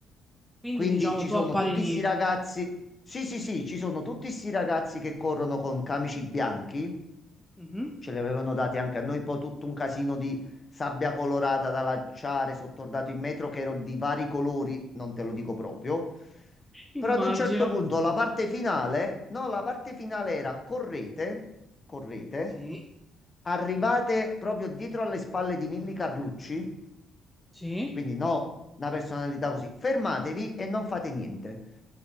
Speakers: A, in the centre; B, on the left.
A: quindi
B: Quindi
A: diciamo
B: ci
A: tu
B: sono
A: appari
B: tutti
A: lì.
B: questi ragazzi, sì sì sì, ci sono tutti questi ragazzi che corrono con camici bianchi,
A: Mhm.
B: ce li avevano dati anche a noi, poi tutto un casino di sabbia colorata da lanciare, sottordato in metro che ero di vari colori, non te lo dico proprio.
A: Immagino.
B: Però ad un certo punto la parte finale, no, la parte finale era correte, correte,
A: Sì.
B: arrivate proprio dietro alle spalle di Milly Carlucci,
A: Sì.
B: quindi no, una personalità così, fermatevi e non fate niente.